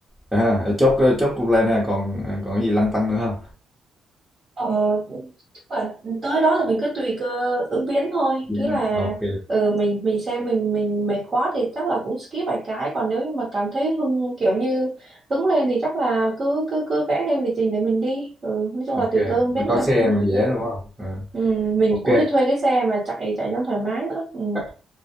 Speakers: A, in the centre; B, on the right.
A: À, chốt chốt cũng lên ha, còn còn cái gì lăn tăn nữa không?
B: Ờ, chắc là tới đó thì mình cứ tùy cơ ứng biến thôi
A: Dạ.
B: nghĩa là
A: Ok,
B: ờ, mình mình xem mình mình mệt quá thì chắc là cũng skip vài cái còn nếu như mà cảm thấy hưng kiểu như hứng lên thì chắc là cứ cứ cứ vẽ thêm lịch trình để mình đi ừ, nói chung
A: ok.
B: là tùy cơ ứng biến
A: Có
B: ha
A: xe
B: ừ.
A: mà dễ đúng không? Ờ.
B: Ừ, mình
A: ok
B: cũng đi thuê cái xe mà chạy chạy cho thoải mái nữa ừ.
A: à,